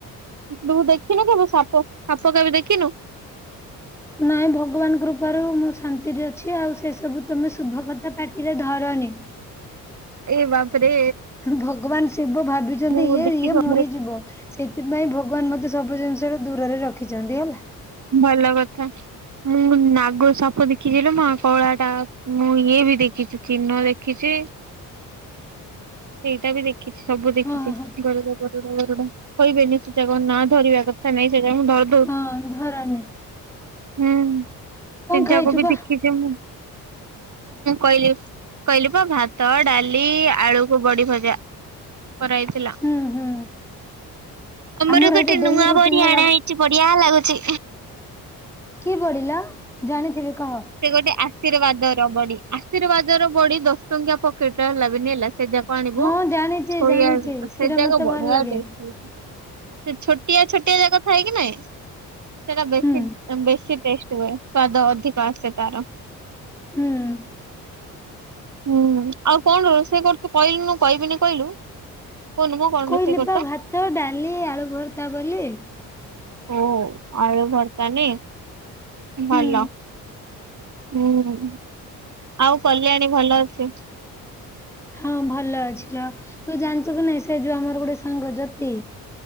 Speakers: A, on the right; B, in the centre.
A: ତୁ ଦେଖିନୁ କେବେ ସାପ ସାପ କେବେ ଦେଖିନୁ?
B: ନାଇଁ ଭଗବାନ କୃପାରୁ ମୁଁ ଶାନ୍ତିରେ ଅଛି ଆଉ ସେ ସବୁ ତମେ ଶୁଭ କଥା ପାଟିରେ ଧରନି।
A: ଏ ବାପରେ।
B: ଭଗବାନ ଶିବ ଭାବିଛନ୍ତି
A: ମୁଁ
B: ଇଏ
A: ଦେଖିକି
B: ଇଏ
A: ହୁଁ
B: ମରିଯିବ ସେଥିପାଇଁ ଭ ଭଗବାନ ମତେ ସବୁ ଜିନିଷରୁ ଦୂରରେ ରଖିଚନ୍ତି ହେଲା।
A: ଭଲ କଥା। ମୁଁ ନାଗ ସାପ ଦେଖିଚି ଲୋ ମା କଳାଟା ମୁଁ ଇଏ ବି ଦେଖିଚି ଚିହ୍ନ ଦେଖିଚି। ସେଇଟା ବି ଦେଖିଚି ସବୁ ଦେଖିଚି
B: ହଁ ହଁ
A: ଗରୁଡ ଗରୁଡ ଗରୁଡ। କେହିବେନି ସେ ତାଙ୍କ ନାଆ ଧରିବା କଥା ନାଇଁ ସେଟା ମୁଁ ଧ
B: ନା ଧରାଯାଏ।
A: ହୁଁ ସେଜାକୁ
B: ଖାଇଛୁ
A: ବି
B: କହ?
A: ଦେଖି ଏ ମୁଁ କହିଲି କହିଲି ପା ଭାତ, ଡାଲି, ଆଳୁ ଓ ବଡି ଭଜା କରାହେଇ ଥିଲା
B: ହୁଁ ହୁଁ
A: ଅମର
B: ଆମର
A: ଗୋଟେ
B: ଏଇଟା ଡେଲି
A: ନୁଆଁ
B: ରୁଟିନ
A: ବାଡ଼ି
B: ହେଲା
A: ଆଣା ଚି ବଢିଆ ଲାଗୁଛି।
B: କି ବଡି ଲୋ ଜାଣିଥିବି କହ।
A: ସେ ଗୋଟେ ଆଶୀର୍ବାଦର ବଡି ଆଶୀର୍ବାଦର ବଡି ଦଶ ଟଙ୍କିଆ ପକେଟରେ ହେଲା ବିନି ହେଲା ସେଇଟା ଆଣିବୁ
B: ହଁ ଜାଣିଛି
A: ଶୋୟା
B: ଜାଣିଛି
A: ଆ ସେ
B: ସେଇଟା
A: ଯାକ
B: ମତେ
A: ବଢିଆ
B: ଭଲ ଲାଗେ
A: ଟେଷ୍ଟ ହୋଉ ସେ ଛୋଟିଆ ଛୋଟିଆ ଜାକ ଥାଏକି ନାଇଁ? ସେଟା ବେଶୀ
B: ହୁଁ।
A: ବେଶୀ ଟେଷ୍ଟ ହୁଏ ସ୍ଵାଦ ଅଧିକ ଆସେ ତାର।
B: ହୁଁ।
A: ହୁଁ ଆଉ କଣ ରୋଷେଇ କରୁଛୁ କହିଲୁନୁ କହିବିନି କହିଲୁ। କହୁନୁ ମ କଣ
B: କହିଲ
A: ରୋଷେଇ କରୁଛ?
B: ପା ଭାତ, ଡାଲି, ଆଳୁ ଭର୍ତା ବୋଲି।
A: ଓ ଆଳୁ ଭର୍ତା ମି
B: ହୁଁ
A: ଭଲ। <unintelligible> ହୁ ଆଉ କଲ୍ୟାଣୀ ଭଲ ଅଛେ
B: ହଁ ଭଲ ଅଛିଲ ତୁ ଜାଣିଛୁ କି ନାଇଁ ସେ ଯ ଆମର ଗୋଟେ ସାଙ୍ଗ ଜ୍ୟୋତି।